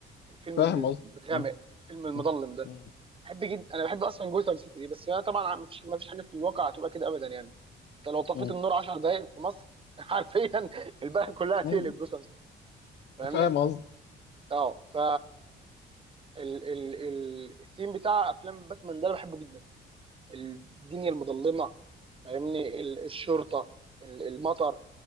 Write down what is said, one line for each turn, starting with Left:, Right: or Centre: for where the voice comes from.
Right: الفيلم
Left: فاهم
Right: الم-
Left: قصدي
Right: الغامق
Left: مم.
Right: الفيلم المظلم
Left: مم.
Right: ده
Left: مم.
Right: بحب جدا انا بحب اصلا جوثام سيتي دي بس انا طبعا ما فيش ما فيش حاجه في الواقع هتبقى كده ابدا يعني انت لو طفيت
Left: مم.
Right: النور 10 دقائق في مصر <laughs> حرفيا البلد كلها تقلب
Left: مم.
Right: جثث فاهمني؟
Left: فاهم قصدي
Right: اه ف ال ال ال الثيم بتاع افلام باتمان ده انا بحبه جدا الدنيا المظلمه فاهمني ال- الشرطه ال- المطر